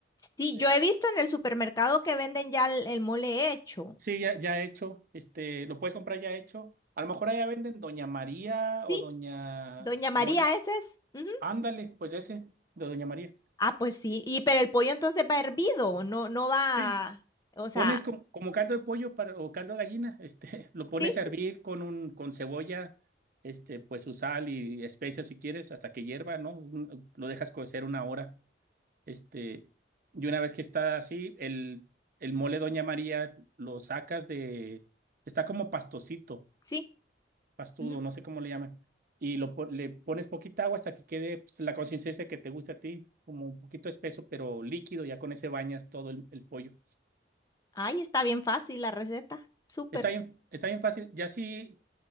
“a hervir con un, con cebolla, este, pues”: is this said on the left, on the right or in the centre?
Right